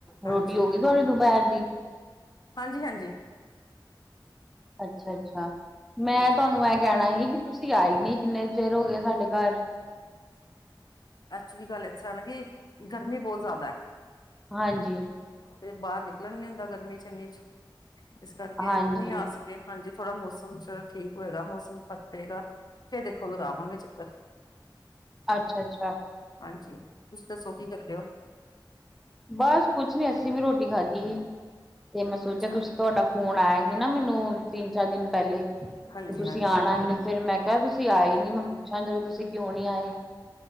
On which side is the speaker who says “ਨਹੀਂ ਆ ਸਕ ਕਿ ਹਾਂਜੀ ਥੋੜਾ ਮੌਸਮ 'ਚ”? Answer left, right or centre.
Left